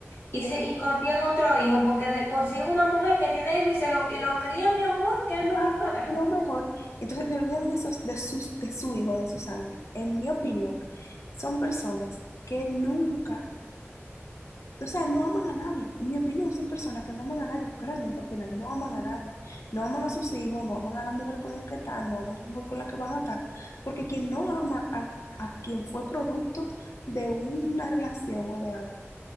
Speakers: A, on the left (about 60°); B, on the left (about 80°).
A: Y,
B: Y de
A: se, y consiguen otro hijo, porque de- consiguen una mujer que tiene hijo y se lo, y lo cría, mi amor, que es
B: y
A: el mejor
B: van
A: padrastro.
B: de lo mejor, entonces se olvidan de esos, de sus, de su hijo, de su sangre. En mi opinión, son personas que nunca O sea, no aman a nadie. En mi opinión, son personas que no aman a nadie, porque realmente al final no aman a nadie. No aman a sus hijos, no aman a la mujer con la que están, no aman a la mujer con la que van a estar. Porque quien no ama a, a quien fue producto de una relación o de algo,